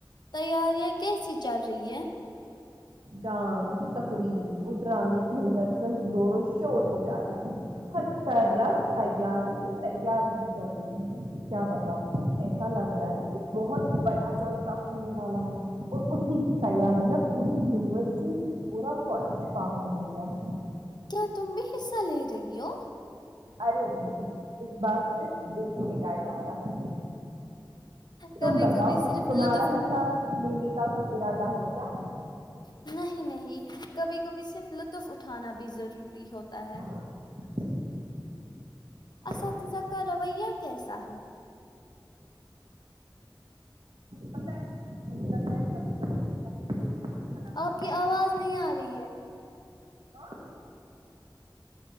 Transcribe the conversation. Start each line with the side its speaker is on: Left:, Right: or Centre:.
Left: تیاریاں کیسی چل رہی ہے
Right: ڈانس تقریر اور ڈرامے کی ریہرسل زور و شور سے جاری ہے ہر طرف تیاری ہی تیاری ہی چل رہی ہے کیا بتاؤ ایسا لگ رہا ہے کہ بہت بڑا جلسا ہونے والا ہے اور اسی کی تیاری میں پوری یونیورسٹی پورا کالج پاگل ہو گیا ہے
Left: کیا تم بھی حصہ لے رہی ہو
Right: ارے نہیں اس بار صرف دیکھنے کا ارادہ ہے تم
Left: کبھی
Right: بتاؤ
Left: کبھی صرف
Right: تمہارا
Left: لطف اٹھ
Right: حصہ لینے کا کوئی ارادہ ہے کیا
Left: نہیں نہیں کبھی کبھی صرف لطف اٹھانا بھی ضروری ہوتا ہے
Right: <inaudible>
Left: اساتذہ کا رویہ کیسا ہے
Right: پت ہے مجھے لگتا ہے کبھی کبھی <unintelligible>
Left: آپ کی
Right: ضروری
Left: آواز
Right: ہوتا
Left: نہیں آ رہی ہے
Right: ہاں